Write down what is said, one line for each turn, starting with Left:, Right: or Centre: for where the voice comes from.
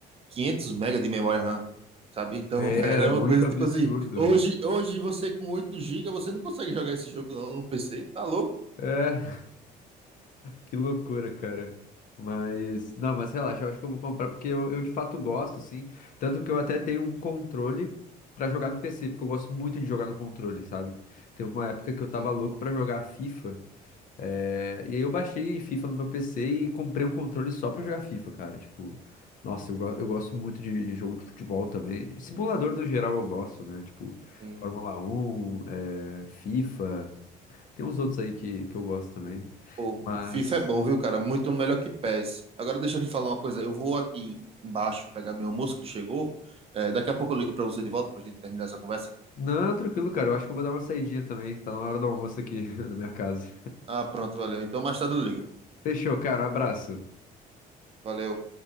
Right: 500 mega de memória RAM, sabe? Então
Left: Era
Right: <laughs> era
Left: muito
Right: uma coisa
Left: absurdo.
Right: tipo assim, hoje, hoje você com 8 gigas, você não consegue jogar esse jogo não no PC, tá louco?
Left: É, Que loucura, cara. Mas, não, mas relaxa, eu acho que eu vou comprar porque eu, eu de fato gosto, assim. Tanto que eu até tenho um controle pra jogar no PC, porque eu gosto muito de jogar no controle, sabe? Teve uma época que eu tava
Right: Tem,
Left: louco pra jogar FIFA, é, e aí eu baixei FIFA no meu PC e comprei um controle só pra jogar FIFA, cara. Tipo, nossa, eu, go- eu gosto muito de, de jogo de futebol também. Simulador no geral eu gosto, né? Tipo,
Right: tem.
Left: Fórmula 1, é, FIFA, tem uns outros aí que, que eu gosto também.
Right: Pô,
Left: Mas.
Right: FIFA é bom, viu, cara? Muito melhor que PES. Agora deixa eu lhe falar uma coisa, eu vou aqui embaixo pegar meu almoço que chegou, É, daqui a pouco eu ligo pra você de volta pra gente terminar essa conversa.
Left: Não, tranquilo, cara. Eu acho que eu vou dar uma saidinha também. Tá na hora do almoço aqui <laughs> na minha casa.
Right: Ah, pronto, valeu. Então mais tarde eu ligo.
Left: Fechou, cara. Um abraço.
Right: Valeu.